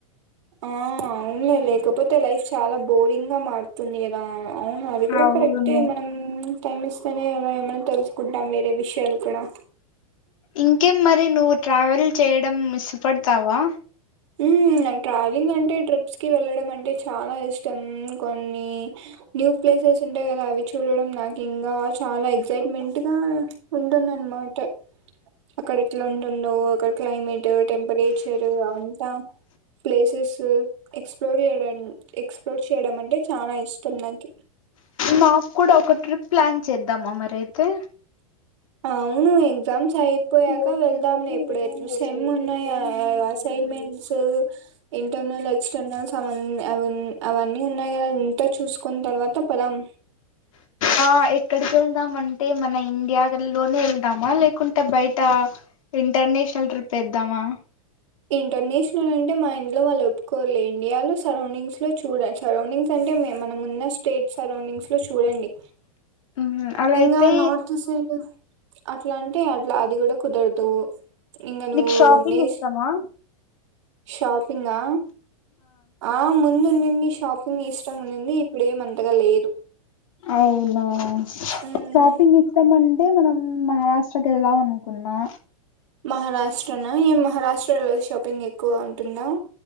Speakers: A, on the right; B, on the left.
A: ఆ అవునులే లేకపోతే లైఫ్ చాలా బోరింగ్ గా మారుతుంది కదా అవును అది కూడా
B: అవును
A: కరెక్ట్ మనం టైమ్ ఇస్తేనే ఏమై ఏమైనా తెలుసుకుంటాం వేరే విషయాలు కూడా
B: ఇంకేం మరి నువ్వు ట్రావెల్ చేయడం ఇష్టపడతావా
A: ఉమ్ నేన్ ట్రావెలింగ్ అంటే ట్రిప్స్ కి వెళ్ళడం అంటే చాలా ఇష్టం కొన్ని న్యూ ప్లేస్ ప్లేసు ఉంటాయి కదా అవి చూడడం నాకు ఇంగా చాలా ఎగ్జైట్ మెంట్ గా ఉంటుంది అనమాట. అక్కడ ఇట్లా ఉండను ఉండవు అక్కడ క్లైమేట్ టెంపరేచర్ అవంతా ప్లేసెస్సు ఎక్స్ ఫ్లోర్ చేయడం ఎక్స్ప్లోర్ చేయడం అంటే చానా ఇష్టం నాకి
B: మాక్కూడా ఒక ట్రిప్ ప్లాన్ చేద్దామా మరి అయితే
A: అవును ఎగ్జామ్స్ అయిపోయాక
B: వస్తే
A: వెళ్దాంలే
B: అయితే
A: ఇప్పుడు
B: వెళ్దాం
A: ఎట్లు సేమ్
B: ఎప్పుడెప్పుడు
A: ఉన్నాయ్
B: వెళ్ళింటాను
A: అవి అ అసైన్ మెంట్స్ ఇంటర్నల్ ఎక్స్టర్నల్స్ అవన్నీ అవి అవన్నీ ఉన్నాయి కదా అంత చూసుకున్న తర్వాత పోదాం
B: ఆ ఎక్కడికి వెళ్దాం అంటే మన ఇండియా లోనే వెళ్దామా లేకుంటే బయట ఇంటర్నేషనల్ ట్రిప్ వేద్దామా
A: ఇంటర్నేషనల్ అంటే మా ఇంట్లో వాళ్ళు ఒప్పుకోరులే ఇండియాలో సరౌండింగ్స్ లో చూడు సరౌండింగ్స్ అం టే మే మనం ఉన్న స్టేట్ సరౌండింగ్స్ లో చూడండి
B: ఉహు అలా
A: ఇంగా
B: అయితే
A: నార్త్ సైడ్ అట్లా అంటే అట్లా అది కూడా కుదరదు ఇంగ నువ్వు
B: నీకు షాపింగ్
A: నేష్
B: ఇష్టమా
A: షాపింగా ఆ ముందున్నింది షాపింగ్ ఇష్టం ఉన్నింది ఇప్పుడు ఏమి అంతగా లేదు
B: అవునా
A: మ్మ్
B: షాపింగ్ ఇష్టం అంటే మనం మహారా ష్ట్ర కెళ్దాం అనుకున్నా
A: మహారాష్ట్రనా ఈ మహరాష్ట్రలో షాపింగ్ ఎక్కువ ఉంటుందా